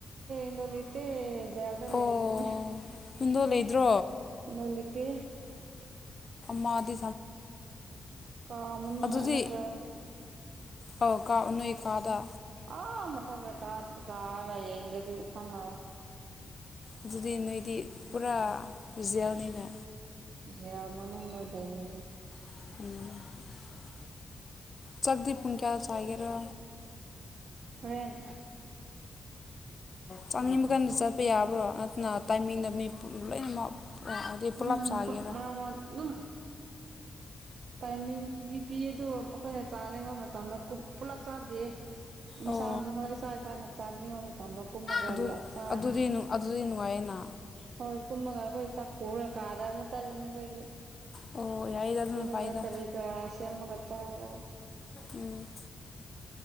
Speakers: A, on the right (about 70°); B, on the left (about 35°).
A: ꯎꯄꯥꯏ ꯂꯩꯇꯩ ꯖꯦꯜꯗ
B: ꯑꯣ
A: ꯂꯩꯕꯅꯦ
B: ꯋꯤꯟꯗꯣ ꯂꯩꯇ꯭ꯔꯣ
A: ꯅꯪꯗꯤ ꯄꯦ
B: ꯃꯥꯗꯤ
A: ꯀꯥ ꯃꯅꯨꯡ
B: ꯑꯗꯨꯗꯤ
A: ꯅꯠꯇ꯭ꯔ
B: <unintelligible> ꯀꯥꯗ
A: ꯑꯥ ꯃꯊꯛꯇ ꯀꯥ ꯀꯥꯔꯒ ꯌꯦꯡꯗꯗ꯭ꯔꯤ ꯈꯪꯉꯔꯣꯏ
B: ꯑꯗꯨꯗꯤ ꯅꯣꯏꯗꯤ ꯄꯨꯔꯥ ꯖꯦꯜꯅꯤꯅ
A: ꯌꯦꯜ ꯃꯅꯨꯡꯗ ꯂꯩꯕꯅꯦ
B: ꯎꯝ ꯆꯥꯛꯇꯤ ꯄꯨꯨꯡ ꯀꯌꯥꯗ ꯆꯥꯒꯦꯔ
A: ꯍꯣꯔꯦꯟ
B: ꯆꯥꯅꯤꯡꯕ ꯀꯟꯗ ꯆꯠꯄ ꯌꯥꯕ꯭ꯔꯣ ꯅꯠꯇꯅ ꯇꯥꯏꯃꯤꯡꯗ ꯃꯤ ꯄꯨꯝ ꯂꯣꯏꯅꯃꯛ ꯍꯥꯏꯗꯤ ꯄꯨꯂꯞ
A: ꯎꯝ
B: ꯆꯥꯒꯦꯔꯥ
A: ꯈꯣꯏ ꯃꯔꯛ ꯃꯔꯛ ꯑꯗꯨꯝ ꯇꯥꯏꯃꯤꯡ ꯄꯤꯗꯤ ꯄꯤꯌꯦ ꯑꯗꯨꯒ ꯑꯈꯣꯏꯅ ꯆꯥꯅꯤꯡꯕ ꯃꯇꯝꯗ ꯀꯨꯝ ꯄꯨꯂꯞ ꯆꯥꯗꯤꯌꯦ ꯃꯤꯁꯥ
B: ꯑꯣ
A: ꯏꯁꯥ ꯏꯁꯥꯅ ꯆꯥꯟꯅꯤꯡꯕ ꯃꯇꯝꯗ ꯀꯨꯝꯔꯒ
B: ꯑꯗꯨ
A: ꯂ ꯆꯥꯔꯅꯤ
B: ꯑꯗꯨꯗꯤ ꯑꯗꯨꯗꯤ ꯅꯨꯡꯉꯥꯏꯌꯦꯅ
A: ꯍꯣꯏ ꯀꯨꯝꯃꯒ ꯑꯈꯣꯏ ꯆꯥꯛ ꯄꯨꯔꯒ ꯀꯥꯗꯥ ꯑꯃꯨꯛ ꯆꯠꯂꯅꯤ ꯑꯈꯣꯏꯗꯤ
B: ꯑꯣ ꯌꯥꯏꯗ ꯑꯗꯨꯅ ꯐꯩꯗ
A: ꯑꯗꯨꯗ ꯀꯔꯤ ꯀꯔꯥ ꯁꯦꯝꯃꯒ ꯆꯥꯕ
B: ꯎꯝ